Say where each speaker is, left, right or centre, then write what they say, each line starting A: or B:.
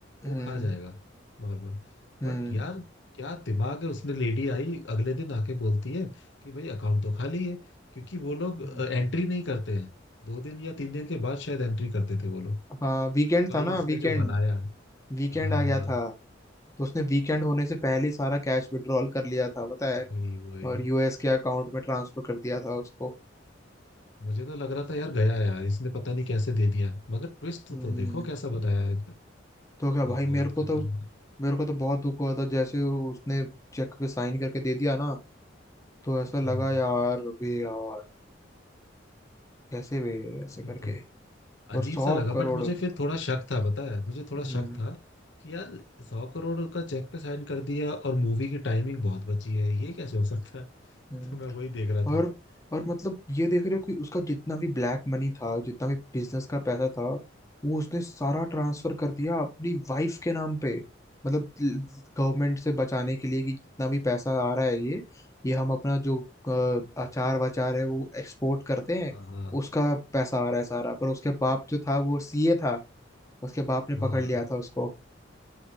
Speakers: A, on the left; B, on the left.
A: हम्म
B: वो खा जाएगा नॉर्मल
A: हम्म
B: बट यार क्या दिमाग है उसने लेडी आई अगले दिन आके बोलती है कि भाई अकाउंट तो खाली है क्योंकि वो लोग
A: हम्म।
B: एंट्री नहीं करते हैं दो दिन या तीन दिन के बाद शायद एंट्री करते थे वो लोग
A: हाँ वीकेंड
B: तो भाई
A: था ना
B: उसने
A: वीकेंड
B: जो बनाया
A: वीकेंड
B: हाँ
A: आ गया था तो उसने वीकेंड होने से पहले ही सारा कैश विड्रॉल कर लिया था पता है
B: वही वही
A: और यूएस के अकाउंट में ट्रांसफर कर दिया था उसको
B: मुझे तो लग रहा था यार गया यार इसने पता नहीं कैसे दे दिया मगर ट्विस्ट
A: हम्म
B: तो देखो कैसा बताया है इसने।
A: तो क्या भाई
B: बहुत
A: मेरे को
B: खतरनाक
A: तो मेरे को तो बहुत दुख हुआ था जैसे उसने चेक पे साइन करके दे दिया ना तो ऐसा लगा
B: हाँ
A: यार वे यार कैसे वे ऐसे
B: वही
A: करके
B: तो
A: और
B: अजीब
A: सौ
B: सा लगा
A: करोड़
B: बट मुझे फिर थोड़ा शक था पता है मुझे थोड़ा
A: हम्म
B: शक था कि यार सौ करोड़ का चेक पे साइन कर दिया और मूवी की टाइमिंग बहुत बची है ये कैसे हो सकता है <laughs>
A: हम्म,
B: तो मैं वही देख रहा
A: और
B: था
A: और मतलब ये देख रहे हो कि उसका जितना भी ब्लैक मनी था जितना भी बिजनेस का पैसा था वो उसने सारा ट्रांसफर कर दिया अपनी वाइफ के नाम पे मतलब गवर्नमेंट से बचाने के लिए कि जितना भी पैसा आ रहा है ये ये हम अपना जो अ, अचार वाचार है वो एक्सपोर्ट करते हैं
B: हाँ हाँ
A: उसका पैसा आ रहा है सारा पर उसके बाप जो था वो सीए था उसके बाप ने
B: हाँ
A: पकड़ लिया था उसको